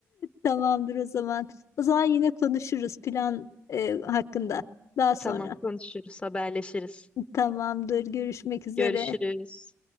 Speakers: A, on the left; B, on the left.
A: Tamamdır o zaman. O zaman yine konuşuruz plan e, hakkında daha sonra.
B: Tamam, konuşuruz, haberleşiriz.
A: Tamamdır. Görüşmek üzere.
B: Görüşürüz.